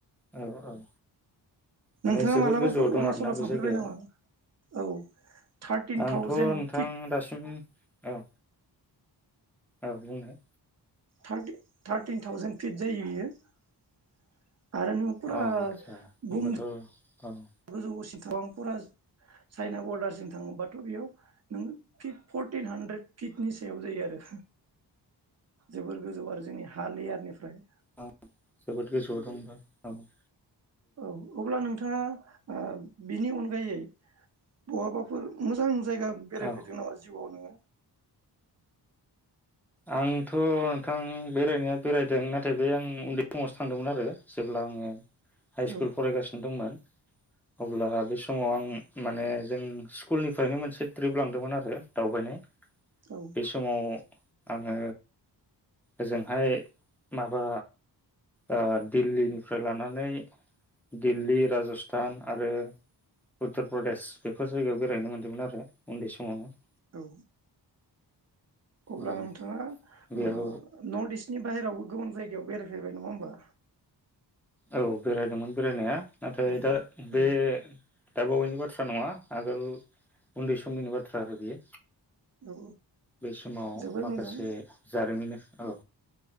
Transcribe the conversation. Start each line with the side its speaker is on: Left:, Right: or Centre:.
Centre: औ औ माने
Right: नोंथाङा
Centre: जोबोद
Right: मालाबाफोर
Centre: गोजौआव
Right: अरुणाचलाव
Centre: दं आरोना बे
Right: थांफेरबाय
Centre: जायगाया
Right: नामा? औ थार्टिन
Centre: आंथ'
Right: थावजेेन
Centre: नोंथां
Right: फिट
Centre: दासिम औ औ बुंनाय
Right: थार्टि-थार्टिन थावजेन फिट जायो बियो । आरो नों फुरा
Centre: औ आदसा होनबाथ'
Right: गुम
Centre: औ
Right: गोजौसिम थावांपुरा चाइना बरडारसिम थाङोबाथ' बेयाव नों फिट फरटिन हानद्रेद फिटनि सायाव जायो आरो जोबोर गोजौ आरो जोंनि हा लेयारनिफ्राय ।
Centre: अ जोबोदो गोजौआव दं ओमबा ।
Right: औ अब्ला नोंथाङा ओ बिनि अनगायै बहाबा फोर मोजां जायगा बेरायफेरदों
Centre: औ
Right: नामा जिउआव नोङो?
Centre: आंथ' नोंथां बेरायनाया बेरायदों नाथाय बे आं उन्दै समावसो थांदोंमोन आरो जेब्ला आङो हाइ
Right: औ
Centre: स्कुल फरायगासिनो दंमोन अब्ला बे समाव आं माने जों स्कुलनिफ्रायनो मोनसे ट्रिप लांदोमोन आरो दावबायनाय
Right: औ
Centre: बे समाव आङो ओजोंहाय माबा ओ दिल्लीनिफ्राय लानानै दिल्ली, राज'स्थान आरो उत्तर प्रदेश बेफोर जायगायाव बेरायनो मोन्दोंमोन आरो उन्दै समावनो ।
Right: औ अब्ला
Centre: औ
Right: नोंथाङा
Centre: बेयाव
Right: ओ-नर्थ इस्ट बिनि बाहेरावबो गोबां जायगायाव बेरायफेरबाय नङा होमबा?
Centre: औ बेरायदोंमोन। बेरायनाया नाथाय
Right: औ
Centre: दा बे
Right: औ
Centre: दा बावैनि बाथ्रा नङा आगोल उन्दै समनिनो बाथ्रा आरो बियो।
Right: औ
Centre: बै समाव
Right: जोबोर
Centre: माखासे
Right: मोजां
Centre: जारिमिन औ।